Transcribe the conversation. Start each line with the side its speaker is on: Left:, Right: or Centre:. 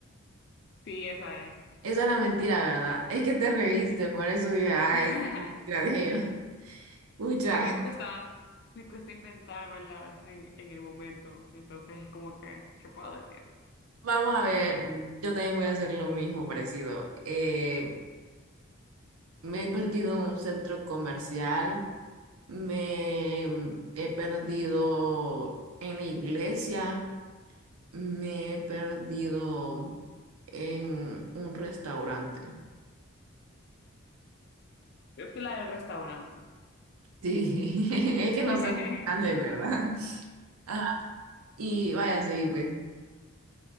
Left: sí, esa es.
Right: Esa es la mentira, ¿verdad? Es que te reíste,
Left: sí.
Right: por eso dije, ah,
Left: <laughs>
Right: esa es la mentira de ellos. <laughs> Pucha.
Left: Que me cuesta, me cuesta inventármela en, en el momento. Entonces es como que, ¿qué puedo decir?
Right: Vamos a ver, yo también voy a hacer lo mismo parecido. Eh, Me he perdido en un centro comercial, me mm, he perdido en la iglesia, me he perdido en un restaurante.
Left: Creo que la del restaurante.
Right: Sí, <laughs> es que no
Left: <laughs>
Right: soy muy grande, ¿verdad? Ajá, y vaya, sí, pues,